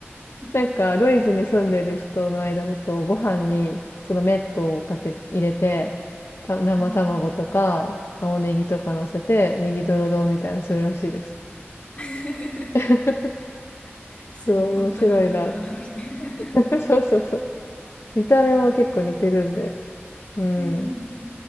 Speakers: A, on the left; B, on the left.
A: <laughs>
B: なんか、ドイツに住んでる人の間だと、ご飯にそのメットをかけ、入れて、た生卵とか、
A: ああ、
B: 青ネギとか乗せて、ネギトロ丼みたいなするらしいです。
A: <laughs>
B: <laughs>
A: すごい。
B: そう、
A: 本当にネギトロだみたいな。
B: 面白いなって。<laughs> そうそうそう。見た目も結構似てるんで、うん、
A: うん。